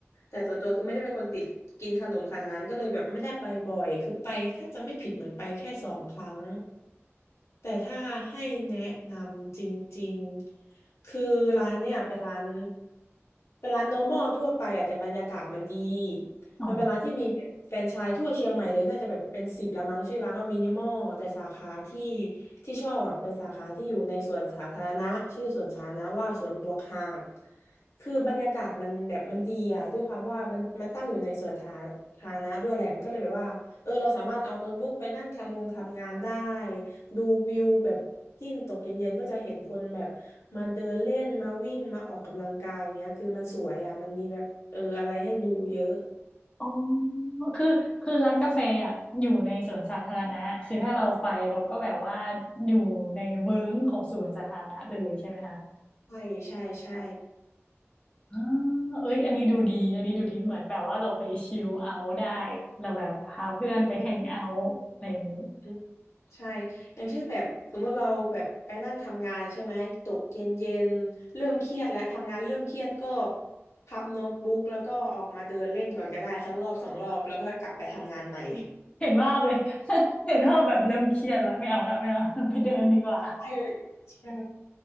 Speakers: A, on the left; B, on the left.
A: แต่ส่วนตัวคือไม่ได้เป็นคนติดกินขนมขนาดนั้นก็เลยแบบไม่ได้ไปบ่อย คือไปถ้าจะไม่ผิดเหมือนไปแค่สองครั้ง แต่ถ้าให้แนะนำจริงๆ คือร้านเนี่ยเป็นร้าน เป็นร้าน normal ทั่วไปอะแต่บรรยากาศมันดี
B: อ๋อ
A: มันเป็นร้านที่มีแบบแฟรนไชส์ทั่วเชียงใหม่เลยน่าจะแบบเป็นสิบละมั้งชื่อร้านว่ามินิมอลแต่สาขาที่ที่ชอบอะเป็นสาขาที่อยู่ในสวนสาธารณะชื่อสวนสาธารณะว่าสวนบวกหาดคือบรรยากาศมันแบบมันดีอ่ะด้วยความว่ามันมันตั้งอยู่ในสวนสาธารณะด้วยแหละมันก็เลยแบบว่าเออเราสามารถเอาโน้ตบุ๊กไปนั่งทำงงทำงานได้ดูวิวแบบยิ่งตกเย็นๆก็จะเห็นคนแบบมาเดินเล่นมาวิ่งมาออกกำลังกายอย่างเงี้ยคือมันสวยอ่ะมันมีแบบเอออะไรให้ดูเยอะ
B: อ๋อคือคือร้านกาแฟอ่ะอยู่ในสวนสาธารณะคือถ้าเราไปเราก็แบบว่าอยู่ในเวิ้งของสวนสาธารณะเลยใช่ไหมคะ
A: ใช่ใช่ใช่
B: อ่าเอ้ยอันนี้ดูดีอันนี้ดูดีเหมือนแบบว่าเราไปชิลเอาท์ได้ เราแบบพาเพื่อนไปแฮงเอาท์อะไรอย่างนี้
A: อืมอืมอืมใช่ อย่างเช่นแบบสมมติเราแบบไปนั่งทำงานใช่ไหม ตกเย็นเย็นเริ่มเครียดแล้วทำงานเริ่มเครียดก็พับโน้ตบุ๊กแล้วก็ออกมาเดินเล่นก่อนก็ได้สักรอบสองรอบแล้วก็กลับไปทำงานใหม่
B: เห็นภาพเลย <laughs> เห็นภาพแบบเริ่มเครียดแล้วไม่เอาละไม่เอา <laughs> ไปเดินดีกว่า
A: ใช่ใช่